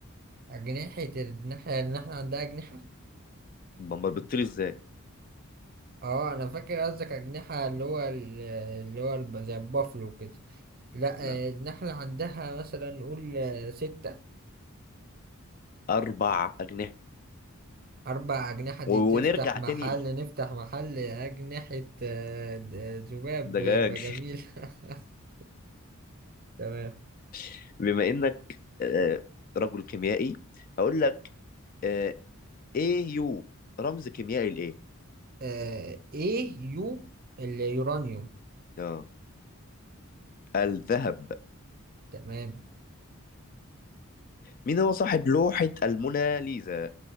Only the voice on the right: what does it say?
أجنحة الناحية اللي احنا عندها أجنحة
اه أنا فاكر قصدك أجنحة اللي هو ال- اللي هو الب- زي البافلو كده لا
آه، النحلة عندها مثلا نقول آه، ستة
أربع أجنحة دي
تفتح محل
نفتح محل أجنحة آه، د- ذباب
يبقى جميل <laughs> تمام
آه، إيه يو اليورانيوم
تمام